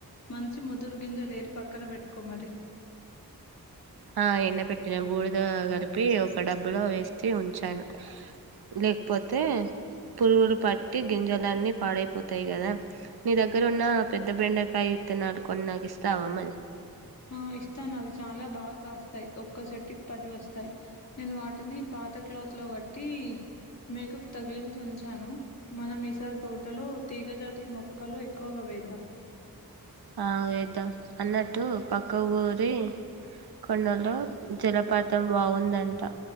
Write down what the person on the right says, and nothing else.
ఆ ఎండ పెట్టిన బూడిద కలిపి ఒక డబ్బులో ఎసి ఉంచాను లేకపోతే పురుగులు పట్టి గింజాలన్నీ పాడైపోతాయి కదా నీ దగ్గర ఉన్న పెద్ద బెండకాయ ఇత్తనాలు కొనినాకిస్తవ మరి
ఆ వేద్దాం అన్నట్టు పక్క ఊరి కొండలో జలపాతం బావుందంట